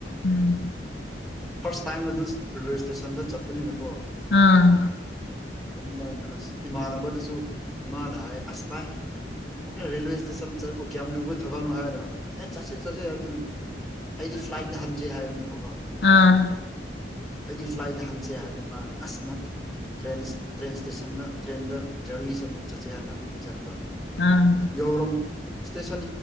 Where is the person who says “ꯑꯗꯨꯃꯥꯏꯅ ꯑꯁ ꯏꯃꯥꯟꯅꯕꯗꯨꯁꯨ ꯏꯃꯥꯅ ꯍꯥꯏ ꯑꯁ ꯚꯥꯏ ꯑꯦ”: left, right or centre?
Centre